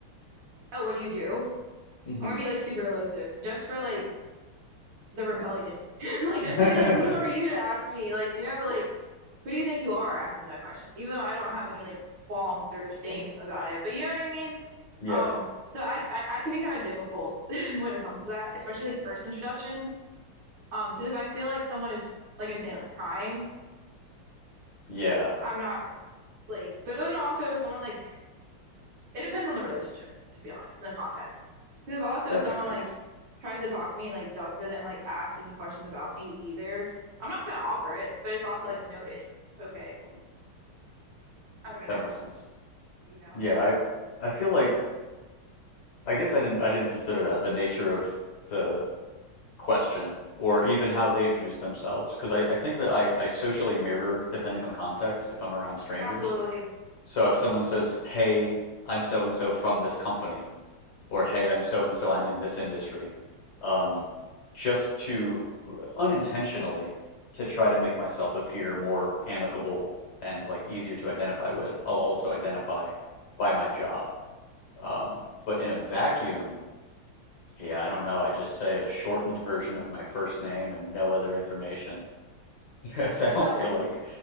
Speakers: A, on the right (about 60°); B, on the left (about 55°).
A: oh, what do you do?
B: hmm
A: I'm gonna be like super elusive just for like the rebellion. <laughs> Like
B: <laughs>
A: just to be like, who are you to ask me? Like, you know, like who do you think you are asking me that question? Even though I don't have any like qualms or shame about it. But you know what I mean?
B: Yeah,
A: Um, so I I, I could be kind of difficult <laughs> when it comes to that, especially like first introductions. Um, because if I feel like someone is like I'm saying like prying,
B: yeah,
A: I'm not like. But then also if someone like It depends on the relationship, to be honest, in the context. Because if also
B: that
A: someone
B: makes sense.
A: like tries to talk to me, like don't, doesn't like ask any questions about me either, I'm not gonna offer it, but it's also like noted. Okay, I'm gonna
B: That
A: know,
B: makes sense.
A: you know.
B: Yeah, I I feel like I guess I didn't I didn't consider that the nature of the question or even how they introduce themselves because I, I think that I, I socially mirror depending on context if I'm around strangers.
A: Absolutely.
B: So if someone says, "Hey, I'm so and so from this company," or "Hey, I'm so and so, I'm in this industry," um, just to unintentionally to try to make myself appear more amicable and like easier to identify with, I'll also identify by my job. Um, but in a vacuum, yeah, I don't know. I just say a shortened version of my first name and no other information <laughs> because I don't
A: Oh,
B: feel like